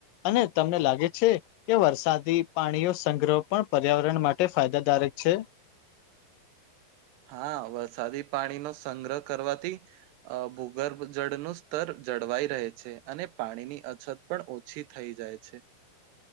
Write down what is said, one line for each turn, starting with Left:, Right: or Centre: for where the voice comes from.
Left: અને તમને લાગે છે. કે વરસાદી પાણીઓ સંગ્રહ પણ પર્યાવરણ માટે ફાયદાદારક છે.
Right: હા વરસાદી પાણીનો સંગ્રહ કરવાથી અ ભૂગર્ભ જળનું સ્તર જળવાઈ રહે છે અને પાણીની અછત પણ ઓછી થઈ જાય છે.